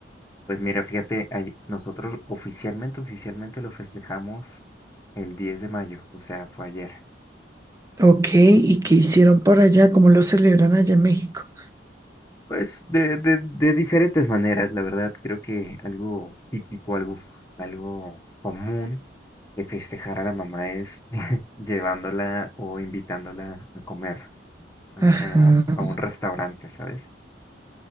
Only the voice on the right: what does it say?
Ok, ¿y qué hicieron por allá? ¿Cómo lo celebran allá en México?
Ajá.